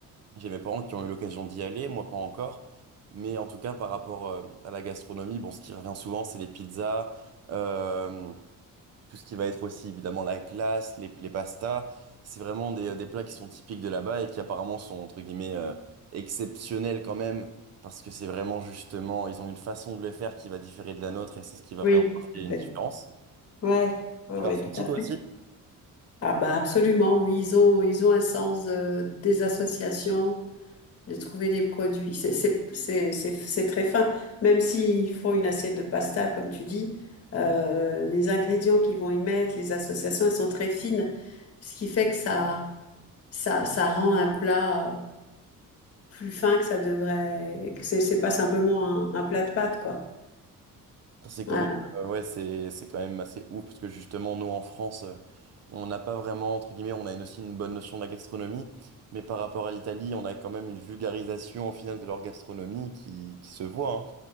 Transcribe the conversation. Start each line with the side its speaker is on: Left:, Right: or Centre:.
Right: j'ai mes parents qui ont eu l'occasion d'y aller, moi pas encore. Mais en tout cas, par rapport euh, à la gastronomie, bon, ce qui revient souvent, c'est les pizzas, euh, tout ce qui va être aussi évidemment la glace, les, les pastas. C'est vraiment des, euh, des plats qui sont typiques de là-bas et qui apparemment sont entre guillemets euh, exceptionnels quand même, parce que c'est vraiment justement, ils ont une façon de le faire qui va différer de la nôtre et c'est ce qui va
Left: Oui,
Right: vraiment marquer
Left: tout
Right: une
Left: à
Right: différence.
Left: fait. Ouais, ouais,
Right: Tu
Left: ouais,
Right: l'as ressenti
Left: tout à
Right: toi
Left: fait.
Right: aussi?
Left: Ah bah absolument, oui, ils ont, ils ont un sens euh, des associations. de trouver des produits. C'est c'est- c'est- c'est- c'est très fin. Même s'ils font une assiette de pasta, comme tu dis, euh, les ingrédients qu'ils vont y mettre, les associations, elles sont très fines, ce qui fait que ça, ça, ça rend un plat euh, plus fin que ça devrait. que C'est c'est pas simplement un, un plat de pâtes, quoi.
Right: C'est
Left: Voilà.
Right: quand même, euh, ouais, c'est, c'est quand même assez ouf parce que justement, nous en France, euh, on n'a pas vraiment, entre guillemets, on a une- aussi une bonne notion de la gastronomie, mais par rapport à l'Italie, on a quand même une vulgarisation au final de leur gastronomie qui, qui se voit. hein.